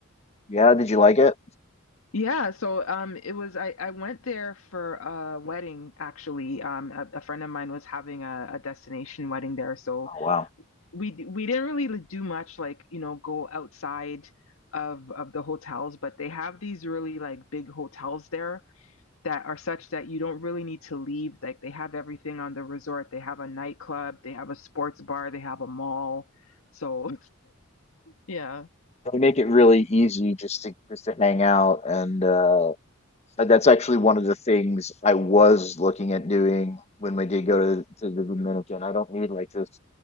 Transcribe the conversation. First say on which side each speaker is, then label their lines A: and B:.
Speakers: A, on the left; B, on the left.
A: yeah, did you like it?
B: Yeah, so um it was I I went there for a wedding actually. Um a, a friend of mine was having a, a destination wedding there, so
A: Oh wow.
B: we we didn't really do much like you know go outside of of the hotels but they have these really like big hotels there that are such that you don't really need to leave like they have everything on the resort they have a nightclub they have a sports bar they have a mall so yeah
A: They make it really easy just to just to hang out and uh Uh, That's actually one of the things I was looking at doing when we did go to, to the Dominican. I don't need like this